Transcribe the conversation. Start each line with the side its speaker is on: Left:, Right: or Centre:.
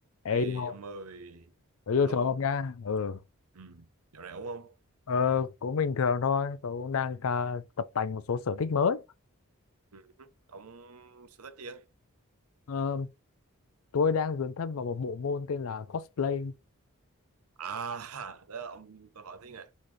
Right: Ê
Left: Ê vô,
Right: ông ơi,
Left: tớ vô
Right: hello,
Left: chó không nha. Ừ.
Right: ừ, dạo này ổn không?
Left: Ờ, cũng bình thường thôi. Tớ cũng đang à, tập tành một số sở thích mới.
Right: Ừ. Ông sở thích gì á?
Left: Ờ, tôi đang dấn thân vào một bộ môn tên là cosplay.
Right: À, <laughs> đó, ông tôi hỏi tí nè.